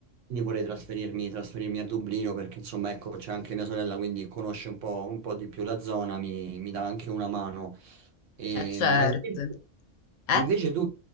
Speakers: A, on the right; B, on the left.
A: quindi vorrei trasferirmi, trasferirmi a Dublino perché insomma ecco c'è anche mia sorella, quindi conosce un po', un po' di più la zona, mi mi dà anche una mano. E-
B: eh certo.
A: ma invece,
B: Eh?
A: invece tu,